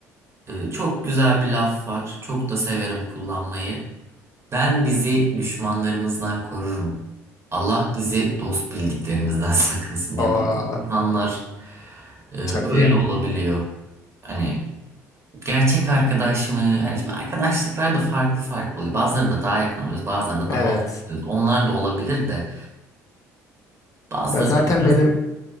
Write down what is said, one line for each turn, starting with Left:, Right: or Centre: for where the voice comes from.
Right: Ee, çok güzel bir laf var. Çok da severim kullanmayı. Ben bizi düşmanlarımızdan korurum. Allah bizi dost bildiklerimizden <laughs> sakınsın
Left: Oo,
Right: diye. Bak insanlar Ee, öyle
Left: <laughs> çok iyi.
Right: olabiliyor. Hani gerçek arkadaş mı? Hani şimdi arkadaşlıklar da farklı farklı oluyor. Bazıları da daha yakın oluyoruz, bazıları da
Left: Evet.
Right: daha uzak oluyoruz. Onlar da olabilir de bazıları
Left: Ya zaten
Right: da biraz
Left: benim